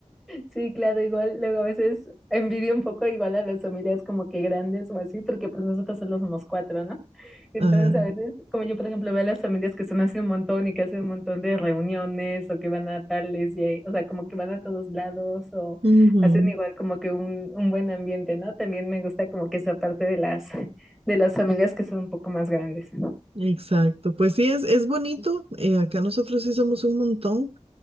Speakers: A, in the centre; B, on the right.
A: Sí, claro, igual, luego a veces envidio un poco igual a las familias como que grandes o así, porque pues nosotros solo somos cuatro, ¿no? Entonces
B: Ajá.
A: a veces, como yo por ejemplo veo a las familias que son hace un montón y que hacen un montón de reuniones o que van a tales y ahí- o sea, como que van a todos lados o
B: Ujú,
A: hacen igual como que un, un buen ambiente, ¿no? También me gusta como que esa parte de las, de las familias que son un poco más grandes.
B: Exacto. Pues sí, es, es bonito. eh, acá nosotros sí somos un montón.